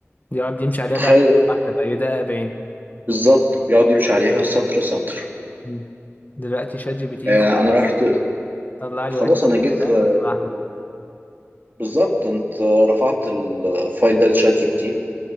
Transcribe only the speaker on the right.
متخيل
بالظبط بيقعد يمشي عليها سطر سطر
آه،
انا رحت
خلاص
انا جيت آه،
بالظبط انت رفعت الفايل ده لشات جي بي تي